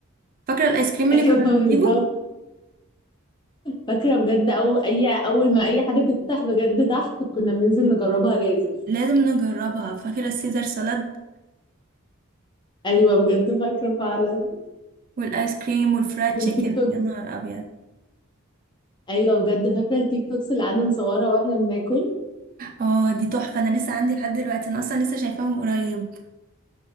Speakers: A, on the right (about 40°); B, on the left (about 20°).
A: فاكرة الايس كريم
B: <laughs>
A: اللي
B: ايوه
A: كنا بنجيبه
B: بالظبط فاكره بجد او اي اول ما اي حاجه تفتح بجد تحت كنا بننزل نجربها لازم
A: لازم نجربها فاكرة السيزر سالاد
B: ايوه بجد فاكره فعلا
A: والايس كريم والفرايد
B: والتيك
A: تشيكن
B: توكس
A: يا نهار ابيض
B: ايوه بجد فاكره التيك توكس اللي قعدنا نصورها واحنا بناكل
A: اه دي تحفة انا لسه عندي لحد دلوقتي انا اصلا لسه شايفاهم قريب